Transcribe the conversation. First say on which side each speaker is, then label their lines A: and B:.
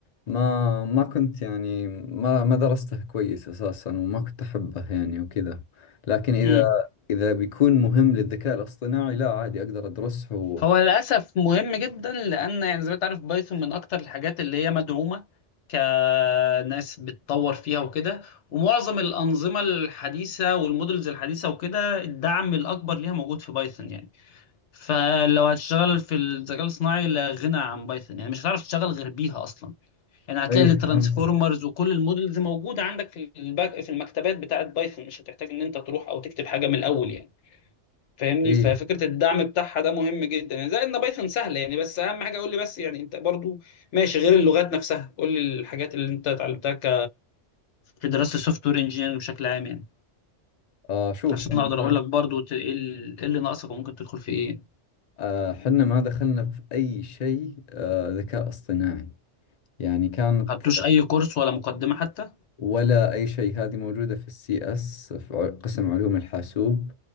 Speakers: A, on the left (about 50°); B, on the left (about 75°).
A: ما ما كنت يعني ما ما درسته كويس أساسا وما كنت أحبه يعني وكذا لكن إذا
B: امم
A: إذا بيكون مهم للذكاء الاصطناعي لا عادي أقدر أدرسه و...
B: هو للاسف مهم جدا لان يعني زي ما انت عارف بايثون من اكتر الحاجات اللي هي مدعومه كناس بتطور فيها وكده ومعظم الانظمه الحديثه والمودلز الحديثه وكده الدعم الاكبر ليها موجود في بايثون يعني فلو هتشتغل في الذكاء الصناعي لا غنى عن بايثون يعني مش هتعرف تشتغل غير بيها اصلا يعني هتلاقي
A: إيه
B: الترانسفورمرز
A: فهمتك
B: وكل المودلز موجوده عندك في الباك في المكتبات بتاعه بايثون مش هتحتاج ان انت تروح او تكتب حاجه من الاول يعني فاهمني
A: ايه
B: ففكره الدعم بتاعها ده مهم جدا يعني زائد ان بايثون سهله يعني بس اهم حاجه قول لي بس يعني انت برضو ماشي غير اللغات نفسها قول لي الحاجات اللي انت اتعلمتها ك... في دراسه السوفت وير انجينيرنج بشكل عام يعني
A: آه شوف
B: عشان
A: حنا
B: اقدر
A: ما
B: اقول لك برضو ت- ايه ال- إيه اللي ناقصك وممكن تدخل في ايه ما
A: آه حنا ما دخلنا في اي شيء آه ذكاء اصطناعي يعني كانت
B: خدتوش اي كورس ولا مقدمه حتى
A: ولا اي شيء هذه موجودة في السي اس في ع- قسم علوم الحاسوب